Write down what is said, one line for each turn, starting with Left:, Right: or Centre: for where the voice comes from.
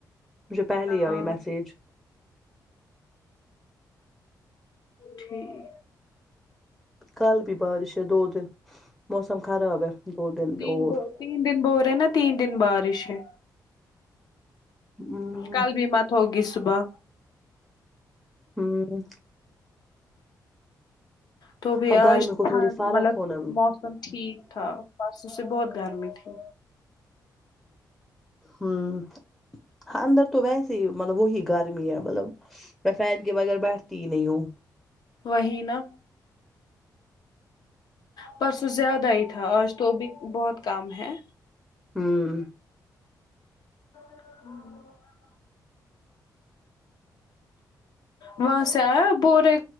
Centre: مجھے پہلے
Left: ہاں
Centre: آئی میسیج
Left: ٹھیک
Centre: کل بھی بارش ہے دو دن موسم خراب ہے دو دن
Left: تین
Centre: اور
Left: بو تین دن بول رہے نا تین دن بارش ہے
Centre: ہ
Left: کل بھی مت ہوگی صبح
Centre: ہاں
Left: تو بھی
Centre: اب گرمی
Left: آج
Centre: کو
Left: ٹھنڈ
Centre: تھوڑی فرق
Left: مطلب
Centre: ہونا
Left: موسم ٹھیک تھا پرسوں سے بہت گرمی تھی
Centre: ہاں ہاں اندر تو ویسے ہی مطلب وہی گرمی ہے مطلب میں فین کے بغیر بیٹھتی ہی نہیں ہوں
Left: وہی نہ پرسوں زیادہ ہی تھا آج تو ا بھی بہت کم ہے
Centre: ہوں
Left: ہوں وہاں سے آیا بورے